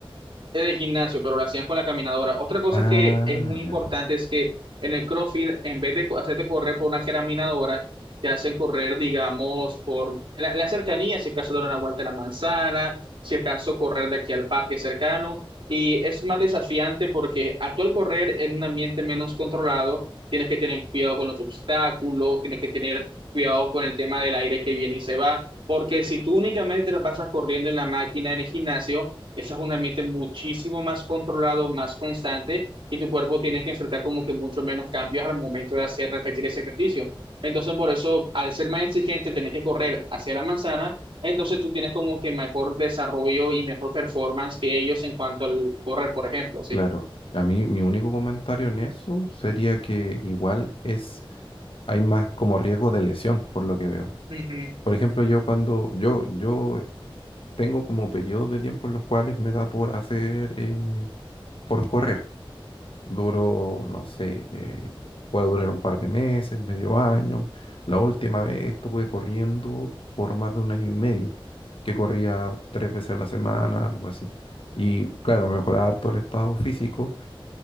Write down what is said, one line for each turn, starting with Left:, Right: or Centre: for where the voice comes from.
Right: en el gimnasio, pero lo hacían con la caminadora. Otra cosa
Left: Ah,
Right: que es muy
Left: ya.
Right: importante es que en el CrossFit, en vez de co- hacerte correr por una caminadora, te hacen correr, digamos, por la, la cercanía, si acaso dar una vuelta a la manzana, si acaso correr de aquí al parque cercano. Y es más desafiante porque al tú correr en un ambiente menos controlado, tienes que tener cuidado con los obstáculos, tienes que tener cuidado con el tema del aire que viene y se va, porque si tú únicamente te la pasas corriendo en la máquina, en el gimnasio, eso es un ambiente muchísimo más controlado, más constante, y tu cuerpo tiene que enfrentar como que mucho menos cambios al momento de hacer repetir ese ejercicio. Entonces, por eso, al ser más exigente, tenés que correr hacia la manzana, entonces tú tienes como que mejor desarrollo y mejor performance que ellos en cuanto al correr, por ejemplo, ¿sí?
Left: Claro, a mí mi único comentario en eso sería que igual es, hay más como riesgo de lesión, por lo que veo.
Right: Ujú.
Left: Por ejemplo, yo cuando, yo, yo tengo como periodos de tiempo en los cuales me da por hacer, eh, por correr. Duro, no sé, eh, puede durar un par de meses, medio año. La última vez estuve corriendo por más de un año y medio, que corría tres veces a la semana, algo así. Y claro, mejoraba harto el estado físico